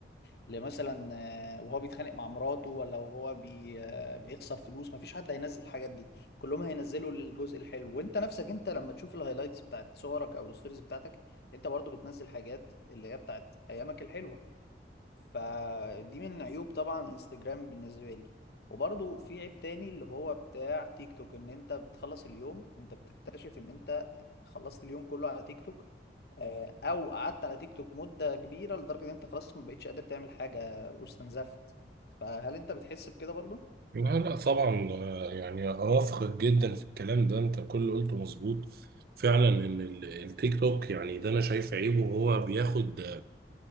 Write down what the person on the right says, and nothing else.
لا لا طبعا آه، يعني اوافقك جدا في الكلام ده انت كل اللي قلته مظبوط فعلا ان ال- التيك توك يعني ده انا شايف عيبه هو بياخد